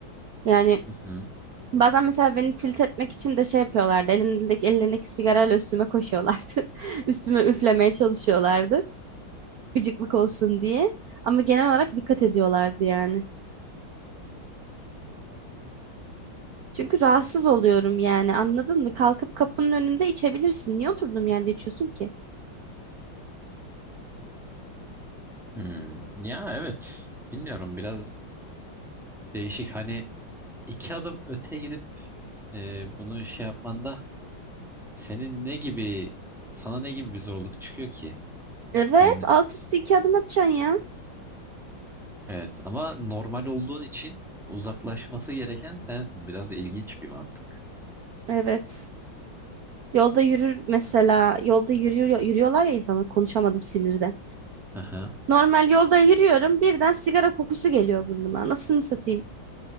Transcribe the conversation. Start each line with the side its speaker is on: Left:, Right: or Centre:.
Right: Yani
Centre: Hı hı.
Right: Bazen mesela beni tilt etmek için de şey yapıyorlardı. Elindeki ellerindeki sigarayla üstüme koşuyorlardı. <laughs> Üstüme üflemeye çalışıyorlardı. Gıcıklık olsun diye. Ama genel olarak dikkat ediyorlardı yani. Çünkü rahatsız oluyorum yani anladın mı? Kalkıp kapının önünde içebilirsin. Niye oturduğum yerde içiyorsun ki?
Centre: Hmm. Ya evet. Bilmiyorum biraz değişik. Hani iki adım öte gidip e, bunu şey yapmanda senin ne gibi sana ne gibi bir zorluk çıkıyor ki?
Right: Evet,
Centre: Hani
Right: alt üstü iki adım atacaksın ya.
Centre: evet ama normal olduğun için uzaklaşması gereken sensin. Biraz ilginç bir mantık.
Right: Evet. Yolda yürür mesela. Yolda yürüyor, yürüyorlar ya insanlar. Konuşamadım sinirden.
Centre: Hı hı.
Right: Normal yolda yürüyorum. Birden sigara kokusu geliyor burnuma. Nasılını satayım?